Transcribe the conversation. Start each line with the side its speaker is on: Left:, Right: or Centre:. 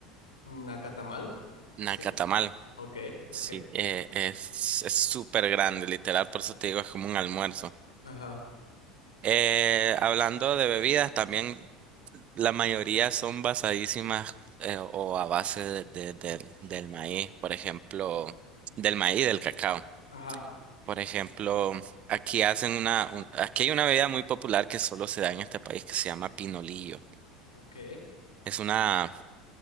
Left: Nacatamal, así.
Right: Nacatamal.
Left: Ok,
Right: Sí,
Left: ok.
Right: eh, es es súper grande, literal, por eso te digo, es como un almuerzo.
Left: Ajá,
Right: Eh, hablando de bebidas, también la mayoría son basadísimas eh, o a base de- de- del del maíz, por ejemplo, del maíz, del cacao.
Left: ajá,
Right: Por ejemplo, aquí hacen una, un- aquí hay una bebida muy popular que solo se da en este país que se llama pinolillo.
Left: ok.
Right: Es una,